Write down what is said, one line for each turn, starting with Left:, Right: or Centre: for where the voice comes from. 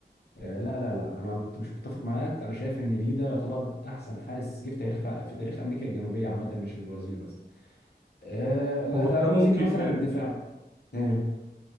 Left: آه، لا لا لا انا مت- مش متفق معاك انا شايف ان دي ده يعتبر احسن حارس جه في تاريخ في تاريخ امريكا الجنوبيه عامه مش البرازيل بس آه، لا،
Right: هو
Left: تعال لو
Right: ده ممكن
Left: مسكنا مثلا
Right: يعني
Left: الدفاع آه،